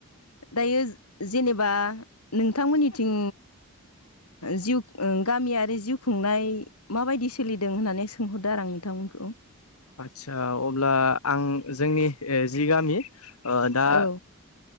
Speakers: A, on the left (about 85°); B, on the left (about 70°).
A: दायो जेनेबा नोंथांमोननिथिं जिउ गामियारि जिउ खुंनाय माबायदि सोलिदों होननानै सोंहरदो आरो आं नोंथांमोनखौ।
B: आदसा अब्ला आं जोंनि जि गामि ओ दा।
A: औ